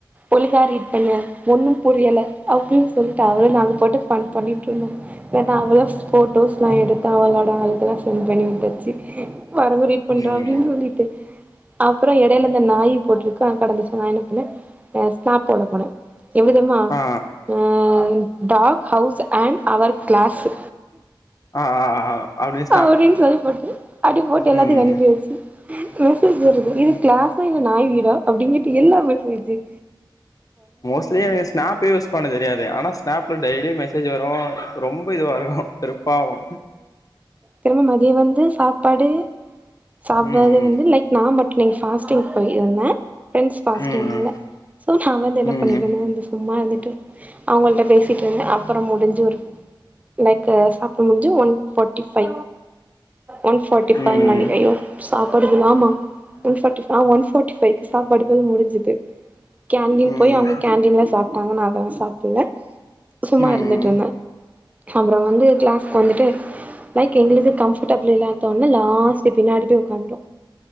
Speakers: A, on the right (about 15°); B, on the left (about 45°).
A: ஒலுங்கா ரீட் பண்ணு ஒண்ணும் பொர்யல்ல அப்டின் சொல்லிட் அவளு அங்கு போட்டு பண் பண்ணிட்ருந்தோ வேண்ணா அவளு ஃபோட்டோஸ்லா எடுத் தவள்ளோட ஆல்க்கல்லா சென் பண்ணி விட்டுச்சு பாருங்க ரீட் பண்றா
B: ம்
A: அப்டின் சொல்லிட்டு அப்றோ எடைல இந்த நாயி போட்ருக்கா கடந்துச்சு நா என்ன பண்ண ஸ்னாப் போட போனே எவ்விதம்மா
B: ஆ
A: ஆ டாக் ஹவுஸ் அண் அவர் க்ளாஸு
B: ஆ ஆ ஆ அப்டின்
A: அவ்டின் சொல்லி போட்டு அடி போட் எல்லாத்துக்
B: ம்
A: அனுப்பி வெச்சு மெசேஜ் வருது இது க்ளாஸ் இன்ன நாய் வீடா அப்டிங்கிட்டு எல்லா மில் <unintelligible>
B: மோஸ்லி எனகு ஸ்னேபே யூஸ் பண்ண தெரியாது ஆனா ஸ்னேப்ல டெய்லி மெசேஜ் வர் ரொம்ப இதுவா இருக்கு தெருப்பாவு
A: திரும மதிய வந்து சாப்பாடு சாப்டாது
B: ம்
A: வந்து லைக் நா மட்டு நீங் ஃபாஸ்டிங் போய் இருந்தன் ஃபிரெண்ஸ் ஃபாஸ்டிங்
B: ம்
A: இல்ல சோ நா வந்து என்ன
B: ம்
A: பண்ணிட்ருந்தேந்து இந்து சும்மா எந்து அவுங்கள்ட்ட பேசிக் இருந்தே அப்பறொ முடுஞ்சு ஒரு லைக்கு சாப் இப்ப முஞ்சு one forty five one forty five
B: ம்
A: நனைக் அய்யோ சாப்பாடுகுள் ஆமா ஒன் ஃபாட்டிஃப் ஆ ஒன் ஃபாட்டி ஃபைக்கு சாப்பாடுகள் முடுஞ்சுது கேண்டீன்
B: ம்
A: போய் அவுங்க
B: ம்
A: கேண்டீன்ல சாப்ட்டாங்க நா அதலா சாப்புல்ல சும்மா
B: ம்
A: இருந்துட்ருந்த அப்றோ வந்து க்ளாஸ் கோந்துட்டு லைக் எங்ளுக்து கம்ஃபுட்டபுள் இல்லான்த்தோன்ல லாஸ்டு பின்னாடி பே உக்காந்ட்டோ